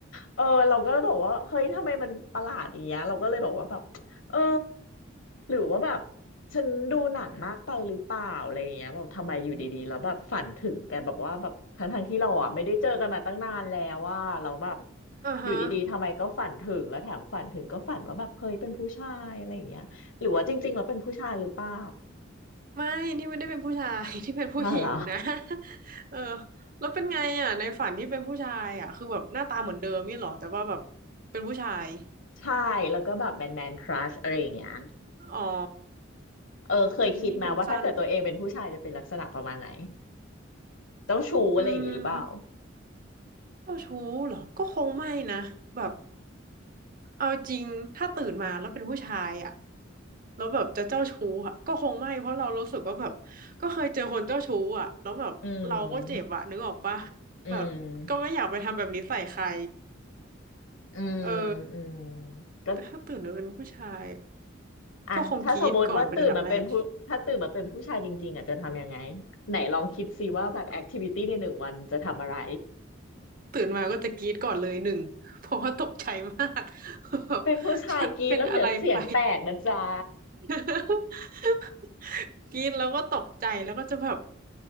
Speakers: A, on the left; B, on the right.
A: เออเราก็บอกว่าเฮ้ยทำไมมันประหลาดอย่างเงี้ยเราก็เลยบอกว่าแบบเออหรือว่าแบบฉันดูหนังมากไปหรือเปล่าอะไรอย่างเงี้ยแบบทำไมอยู่ดีๆแล้วแบบฝันถึงแกแบบว่าแบบทั้งทงที่เราอ่ะไม่ได้เจอกันมาตั้งนานแล้วว่าเราแล้วแบบ
B: อ่าฮะ
A: อยู่ดีๆทำไมก็ฝันถึงแล้วแถมฝันถึงก็ฝันว่าแบบเฮ้ยเป็นผู้ชายอะไรอย่างเงี้ยหรือว่าจริงๆเราเป็นผู้ชายหรือเปล่า
B: ไม่นี่ไม่ได้เป็นผู้ชาย <laughs> ที่เป็นผู้หญิงนะ
A: <laughs> อะไร
B: <laughs> เออแล้วเป็นไงอ่ะในฝันที่เป็นผู้ชายอ่ะคือแบบหน้าตาเหมือนเดิมนี่หรอแต่ว่าแบบเป็นผู้ชาย
A: <laughs> ใช่แล้วก็แบบแมนแมนครัชอะไรอย่างเงี้ย
B: อ๋อ
A: เออเคยคิดมาว่าถ้าเกิดตัวเองเป็นผู้ชายจะเป็นลักษณะประมาณไหน
B: โอ้เป็นนี่ผมสั้น
A: เจ้าชู้อะไรอย่างนี้หรือเปล่า
B: อืม เจ้าชู้เหรอก็คงไม่นะแบบเอาจริงถ้าตื่นมาแล้วเป็นผู้ชายอะแล้วแบบจะเจ้าชู้อะก็คงไม่เพราะเรารู้สึกว่าแบบก็เคยเจอคนเจ้าชู้อะแล้วแบบเราก็เจ็บอะนึกออกปะ
A: อืมอืม
B: แบบก็ไม่อยากไปทำแบบนี้ใส่ใคร
A: อืม
B: เออ
A: อืมก็
B: แต่ถ้าตื่นมาเป็นผู้ชายอะ
A: อ่ะถ้าสมมติว่าตื่นมาเป็นผู้ถ้าตื่นมาเป็นผู้ชายจริงๆอ่ะจะทำยังไง
B: ก็คงกรี๊ดก่อนเป็นอันดับแรก
A: ไหนลองคิดสิว่าแบบแอคทิวิตี้ในหนึ่งวันจะทำอะไร
B: ตื่นมาก็จะกรี๊ดก่อนเลยหนึ่งเพราะว่าตกใจมาก <laughs>
A: <laughs>
B: แบบ
A: เป็นผู้ชายกินแล้วเดี๋ยวเสียงแตกนะจ๊ะ
B: ฉันเป็นอะไรไป <laughs> กรี๊ดแล้วก็ตกใจแล้วก็จะแบบ